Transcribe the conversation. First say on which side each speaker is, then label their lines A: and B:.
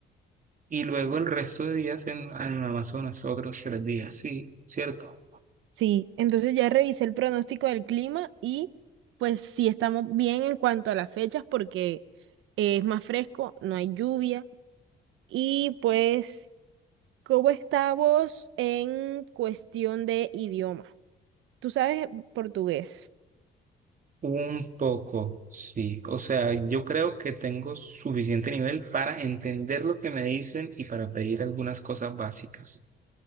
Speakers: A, on the right; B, on the right.
A: Y luego el resto de días en, en Amazonas, otros tres días, sí, ¿cierto?
B: Sí, entonces ya revisé el pronóstico del clima y pues sí estamos bien en cuanto a las fechas porque eh, es más fresco, no hay lluvia. Y pues, ¿cómo estamos en cuestión de idioma? Tú sabes portugués.
A: Un poco, sí. O sea, yo creo que tengo suficiente nivel para entender lo que me dicen y para pedir algunas cosas básicas.